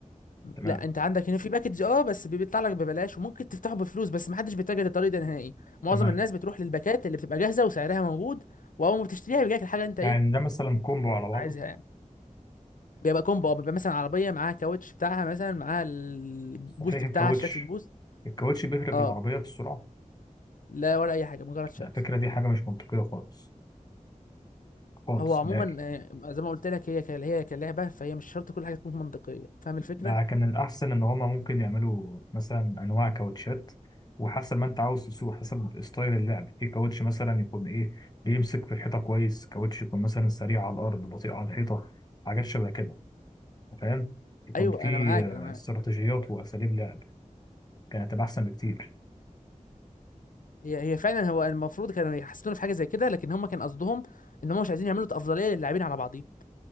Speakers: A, on the left; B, on the left.
A: تمام
B: لا انت عندك هنا في باكج اه بس بي- بيطلع لك ببلاش وممكن تفتحه بفلوس بس محدش بيتجه للطريق ده نهائي معظم
A: تمام
B: الناس بتروح للباكات اللي بتبقى جاهزه وسعرها موجود واول ما بتشتريها بيجيلك الحاجه اللي انت ايه
A: يعني ده مثلا كومبو على بعضه
B: عايزها يعني. بيبقى كومبو اه بيبقى مثلا عربيه معاها كاوتش بتاعها مثلا معاها البوست
A: صحيح الكاوتش
B: بتاعها شكل البوست
A: الكاوتش بيفرق
B: اه
A: في العربية في السرعة
B: لا ولا اي حاجه مجرد شكل
A: الفكرة دي حاجة مش منطقية خالص خالص
B: هو عموما
A: نهائي
B: آه، زي ما قلت لك هي ك- هي كلعبه فهي مش شرط كل حاجه تكون منطقيه فاهم الفكره
A: لا، كان الأحسن إن هما ممكن يعملوا مثلا أنواع كاوتشات وحسب ما أنت عاوز تسوق حسب ستايل اللعب في كاوتش مثلا يكون إيه بيمسك في الحيطة كويس كاوتش يكون مثلا سريع على الأرض بطيء على الحيطة حاجات شبه كده فاهم يكون
B: ايوه
A: في
B: انا معاك
A: آه،
B: انا معاك
A: استراتيجيات وأساليب لعب كانت هتبقى أحسن بكتير
B: هي هي فعلا هو المفروض كانوا يحسنوا في حاجه زي كده لكن هم كان قصدهم ان هم مش عايزين يعملوا افضليه للاعبين على بعضيهم